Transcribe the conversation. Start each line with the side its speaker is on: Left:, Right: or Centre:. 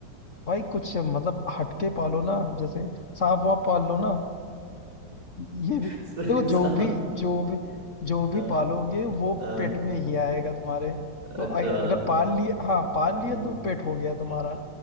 Left: भाई कुछ मतलब हटके पालो ना जैसे सांप वाप पाल लो ना ये भी देखो
Right: सा-
Left: जो
Right: सा-
Left: भी जो भी जो भी
Right: हाँ,
Left: पालोगे वो
Right: हाँ।
Left: पेट में ही आएगा तुम्हारे तो
Right: अच्छा
Left: अ- अगर पाल लिए हाँ पाल
Right: हम्म,
Left: लिए तो पेट हो गया तुम्हारा